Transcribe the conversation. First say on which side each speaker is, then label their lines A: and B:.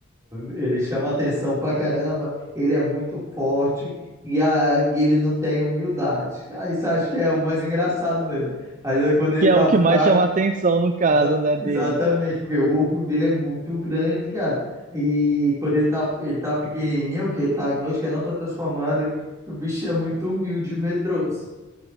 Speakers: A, on the right; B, on the right.
A: Ele chama atenção pra caramba, ele é muito forte e a- ele não tem humildade. Aí você acha que é o mais engraçado nele. né? Mas aí quando ele
B: que
A: tá
B: é o que
A: fraco,
B: mais chama atenção no caso,
A: exa-
B: né,
A: exatamente,
B: dele.
A: porque o orgulho dele é muito grande, cara. E quando ele tá, ele tá pequenininho, que ele tá noite que ele não tá transformado, o bicho é muito humilde e medroso.